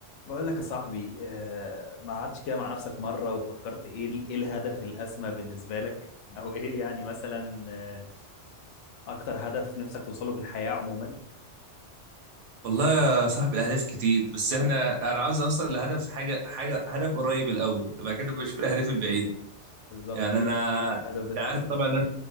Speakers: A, on the left; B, on the right.
A: بقول لك يا صاحبي آه، ما قعدتش كده مع نفسك مرة وفكرت ايه ال- ايه الهدف الأسمى بالنسبة لك <laughs> او ايه يعني مثلا آه، اكتر هدف نفسك توصله في الحياة عموما
B: والله يا صاحبي الاهداف كتير بس احنا انا عاوز اوصل لهدف حاجه حاجه هدف قريب الاول وبعد كده بشوف الاهداف البعيده
A: بالظبط
B: يعني
A: ايه
B: انا
A: ايه هو
B: انت
A: الهدف ده
B: عارف طبعا أنا...